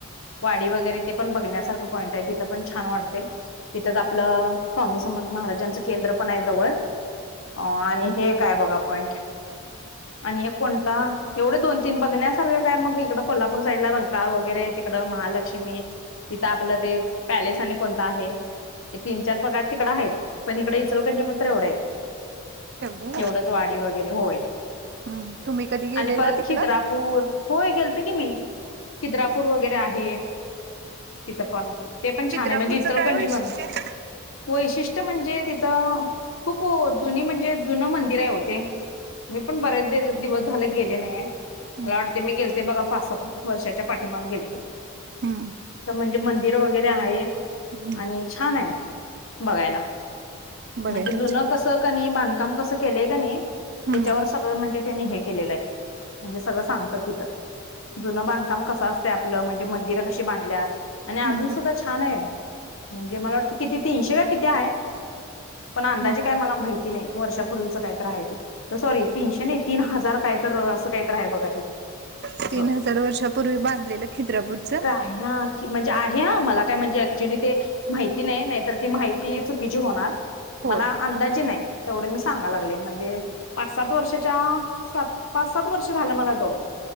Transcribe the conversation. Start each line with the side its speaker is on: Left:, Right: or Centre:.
Left: वाडी वगैरे ते पण बघण्यासारखं पॉईंट आहे तिथ पण छान वाटते. तिथ च आपल स्वामी समर्थ महाराजांचं केंद्र पण आहे जवळ. अ आणि हे काय बघा पॉइंट आणि ऐक कोणता एवढे दोन तीन बघण्या सारख्या काय मग इकड कोल्हापूर साईड ला रंका वगैरे तिकड महालक्ष्मी. इथ आपल ते पॅलेस आणि कोणता आहे. हे तीन चार प्रकार तिकड आहेत पण इकडे इचल करंजीत मात्र एवढे आहेत.
Right: तेवढे
Left: एवढच वाडी वगैरे होय
Right: आहेत तुम्ही कधी गेलेला
Left: आणि परत
Right: तिकडं?
Left: खिद्रापूर. होय गेल ते की मी खिद्रापूर वगैरे आहे तिथं पण ते पण
Right: खिद्रापूरचं
Left: छान म्हणजे इचलकरंजी
Right: काय वैशिष्ट्य
Left: मध्ये
Right: आहे?
Left: वैशिष्ट्य म्हणजे तिथं खूप जुनी म्हणजे जुन मंदिर आहे हो ते. मी पण बरेच दि दिवस झाले गेले नाही
Right: हम्म
Left: मला ते मी गेलते बघा पाचसात वर्षाच्या पाठीमाग गेलते.
Right: हम्म.
Left: म्हणजे मंदिर वगैरे आहे
Right: हम्म
Left: आणि छान आहे बघायला.
Right: बघायलाच
Left: म्हणजे जुन कसं कनी बांधकाम कसं केलंय का नाही
Right: हम्म
Left: त्याच्यावर सगळं म्हणजे त्यानी हे केलेलं आहे म्हणजे सगळं सांगतात तिथं जुन बांधकाम कसं असते आपलं म्हणजे मंदिरं कशी बांधल्यात आणि अजून
Right: हम्म
Left: सुद्धा छान आहे. म्हणजे मला वाटतं किती तीनशे का किती आहे. पण अंदाजी
Right: हम्म
Left: काय मला माहिती नाही वर्षापूर्वीच काय तर आहे ते सॉरी तीनशे नाही तीन हजार कायतर असं काहीतरी आहे बघा ते.
Right: तीन
Left: असं
Right: हजार वर्षापूर्वी बांधलेलं खित्रापूरचं
Left: ह की म्हणजे आहे ह मला काय म्हणजे ऍक्च्युली ते माहिती नाही नाहीतर ती माहिती चुकीची होणार
Right: होय
Left: मला अंदाजी नाही तेवढे मी सांगाय लागले म्हणजे पाच -सात वर्षाच्या सात, पाच -सात वर्ष झालं मला जाऊन.